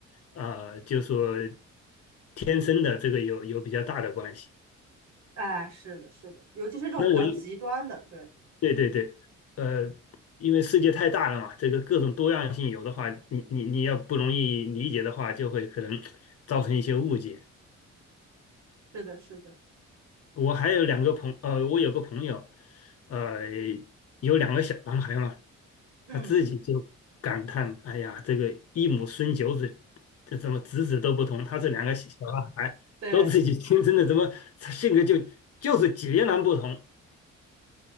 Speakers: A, on the left; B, on the right.
A: 啊呃就说天生的这个有有比较大的关系。
B: 哎，是的，是的，尤其是这种比较极端的，
A: 那我
B: 对，
A: 对对对，呃，因为世界太大了嘛，这个各种多样性有的话，你你你要不容易理解的话，就会可能造成一些误解。
B: 是的，是的，
A: 我还有两个朋，呃，我有个朋友，呃，有两个小男孩嘛，
B: 嗯，
A: 他自己就感叹：“哎呀，这个一母生九子，这怎么子子都不同？他这两个小男孩都自己亲生的，
B: 对。
A: 怎么性格就就是截然不同？